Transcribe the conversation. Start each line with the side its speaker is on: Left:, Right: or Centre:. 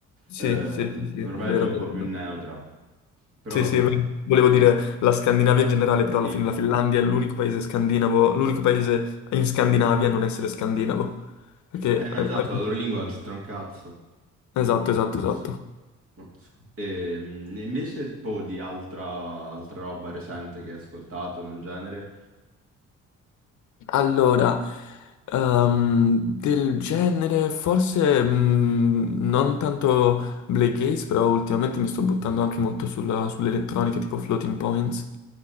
Left: Sì,
Right: Ehm,
Left: sì, sì, sì,
Right: Norvegia
Left: è vero,
Right: è
Left: è
Right: un
Left: vero.
Right: po' più
Left: è vero.
Right: neutra. Però
Left: Sì, sì,
Right: vabbè,
Left: volevo dire la Scandinavia in generale, però
Right: sì.
Left: alla fine la Finlandia è l'unico paese scandinavo, l'unico paese in Scandinavia a non essere scandinavo. Perché...
Right: Eh
Left: eh,
Right: no, esatto,
Left: eh,
Right: la loro lingua non c'entra un cazzo.
Left: Esatto, esatto,
Right: Ups.
Left: esatto.
Right: No, scu- Ehm, E, invece, poi di altra, altra roba recente che hai ascoltato nel genere,
Left: Allora, ehm, del genere forse mm, non tanto Black Gaze, però ultimamente mi sto buttando anche molto sulla, sull'elettronica tipo Floating Points.